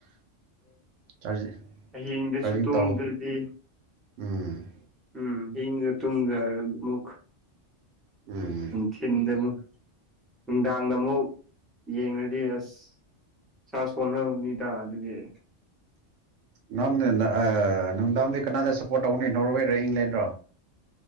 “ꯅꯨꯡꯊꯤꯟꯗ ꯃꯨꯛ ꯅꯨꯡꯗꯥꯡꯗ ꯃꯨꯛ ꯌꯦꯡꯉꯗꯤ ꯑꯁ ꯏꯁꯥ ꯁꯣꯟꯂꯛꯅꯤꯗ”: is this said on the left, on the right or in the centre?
Centre